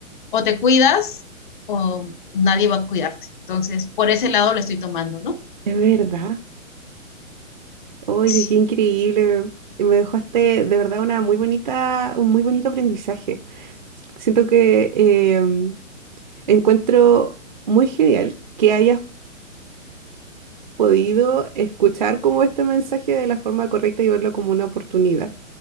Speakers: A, on the left; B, on the right.
A: o te cuidas o nadie va a cuidarte. Entonces, por ese lado lo estoy tomando, ¿no?
B: es verdad. Oye,
A: Sí.
B: qué increíble. Me dejaste de verdad una muy bonita, un muy bonito aprendizaje. Siento que eh, encuentro muy genial que hayas podido escuchar como este mensaje de la forma correcta y verlo como una oportunidad.